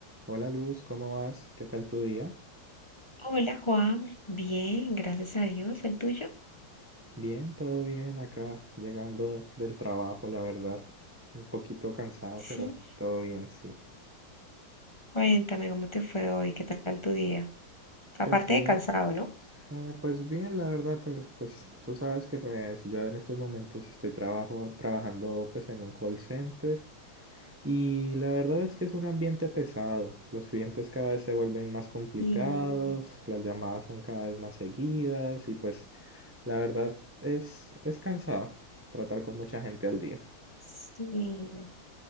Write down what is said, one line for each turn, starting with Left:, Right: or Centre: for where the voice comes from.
Right: Hola Luz, ¿cómo vas? ¿Qué tal tu día?
Left: Hola Juan, bien, gracias a Dios. ¿El tuyo?
Right: Bien, todo bien acá, llegando del trabajo, la verdad. Un poquito cansado,
Left: Sí,
Right: pero todo bien, sí.
Left: cuéntame cómo te fue hoy, qué tal tu día. Aparte
Right: Pues bien,
Left: de cansado, ¿no?
Right: ah, pues bien, la verdad, eh, pues tú sabes que pues, yo en estos momentos estoy trabajo, trabajando pues en un call center Y la verdad es que es un ambiente pesado. Los clientes cada vez se vuelven más complicados,
Left: Sí,
Right: las llamadas son cada vez más seguidas y pues la verdad es, es cansado tratar con mucha gente al día.
Left: sí,